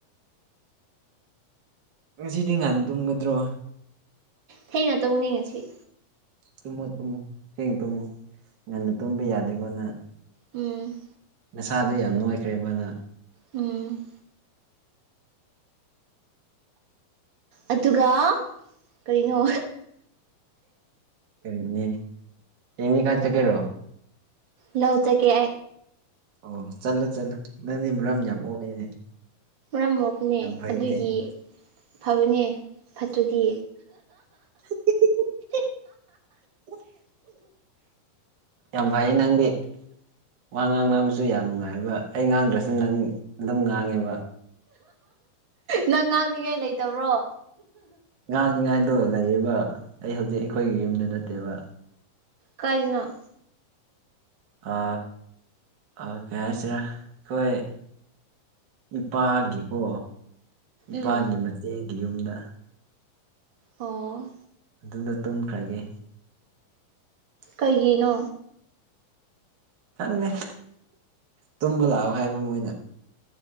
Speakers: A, on the right; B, on the right.
A: ꯉꯁꯤꯗꯤ ꯉꯍꯥꯟ ꯇꯨꯝꯒꯗ꯭ꯔꯣ
B: ꯊꯦꯡꯩꯅ ꯇꯧꯅꯤꯡꯉꯁꯤ
A: ꯇꯨꯝꯃꯣ ꯇꯨꯝꯃꯣ ꯆꯦꯡ ꯇꯨꯝꯃꯨ ꯉꯟꯅ ꯇꯨꯝꯕ ꯌꯥꯗꯦꯀꯣꯅ
B: ꯎꯝ
A: ꯅꯁꯥꯗꯣ ꯌꯥꯝ ꯅꯣꯏꯈ꯭ꯔꯦ ꯃꯥꯅ
B: ꯎꯝ ꯑꯗꯨꯒ ꯀꯔꯤꯅꯣ
A: ꯎꯝ ꯀꯔꯤꯅꯤ ꯀꯅꯤ ꯀꯜ ꯆ ꯀꯦꯔꯣ
B: ꯂꯧ ꯍꯧ ꯇ ꯀꯦ
A: ꯑꯣ ꯆꯠꯂꯨ ꯆꯠꯂꯨ ꯅꯪꯗꯤ ꯃꯔꯝ ꯌꯥꯝ ꯑꯣꯛꯑꯦꯅꯦ
B: ꯃꯔꯝ ꯃꯣꯛꯄꯅꯦ
A: ꯌꯥꯝ ꯐꯩꯅꯦ
B: ꯑꯗꯨꯒꯤ ꯐꯕꯅꯦ ꯐꯠꯇ꯭ꯔꯗꯤ
A: <inaudible> ꯌꯥꯝ ꯐꯩꯌꯦ ꯅꯪꯗꯤ ꯋꯥ ꯉꯥꯡꯅꯕꯁꯨ ꯌꯥꯝ ꯅꯨꯡꯉꯥꯏꯕ ꯑꯩ ꯉꯥꯡꯗ꯭ꯔꯁꯨ ꯅꯪ ꯑꯗꯨꯝ ꯉꯥꯡꯉꯦꯕ
B: ꯅꯪ ꯉꯥꯡꯅꯤꯡꯉꯥꯏ ꯂꯩꯇꯕ꯭ꯔꯣ
A: ꯉꯥꯡꯅꯤꯉꯥꯏꯗꯣ ꯂꯩꯔꯤꯕ ꯑꯩ ꯍꯧꯖꯤꯛ ꯑꯩꯈꯣꯏꯒꯤ ꯌꯨꯝꯗ ꯅꯠꯇꯦꯕ
B: ꯀꯥꯏꯗꯅꯣ
A: ꯑ ꯑꯣ ꯀꯩ ꯍꯥꯏꯁꯤꯔꯥ ꯑꯩꯈꯣꯏ ꯏꯄꯥꯒꯤꯀꯣ ꯏꯄꯥꯒꯤ
B: ꯎꯝ
A: ꯃꯆꯦꯒꯤ ꯌꯨꯝꯗ
B: ꯑꯣ
A: ꯑꯗꯨꯗ ꯇꯨꯝꯈ꯭ꯔꯒꯦ
B: ꯀꯩꯒꯤꯅꯣ
A: ꯁꯪꯅꯦꯦ ꯇꯨꯝꯕ ꯂꯥꯛꯑꯣ ꯍꯥꯏꯕ ꯃꯣꯏꯅ